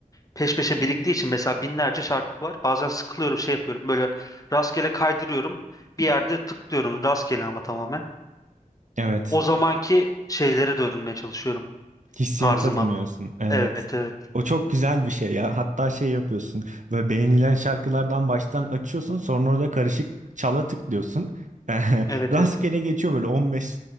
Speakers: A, on the left; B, on the right.
A: peş peşe biriktiği için mesela binlerce şarkı var. Bazen sıkılıyorum şey yapıyorum böyle rastgele kaydırıyorum bir yerde tıklıyorum rastgele ama tamamen.
B: Evet.
A: O zamanki şeylere dönmeye çalışıyorum
B: Hissiyata
A: tarzıma.
B: dönüyorsun. Evet.
A: Evet evet.
B: O çok güzel bir şey ya. Hatta şey yapıyorsun. Böyle beğenilen şarkılardan baştan açıyorsun. Sonra orada karışık çala tıklıyorsun. <laughs>
A: Evet
B: Rastgele
A: evet.
B: geçiyor böyle 15